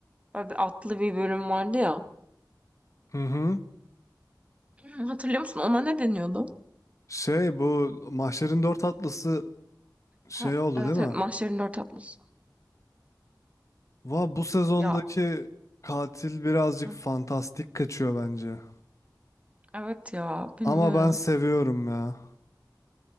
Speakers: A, on the right; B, on the left.
A: Böyle bir atlı bir bölüm vardı ya.
B: Hı hı.
A: Hı, Hatırlıyor musun? Ona ne deniyordu?
B: Şey bu Mahşer'in Dört Atlısı şey
A: Ha,
B: oldu
A: evet
B: değil mi?
A: evet Mahşer'in dört atlısı.
B: Va bu sezondaki
A: Ya
B: katil birazcık
A: hı,
B: fantastik kaçıyor bence.
A: evet ya bilmiyorum.
B: Ama ben seviyorum ya.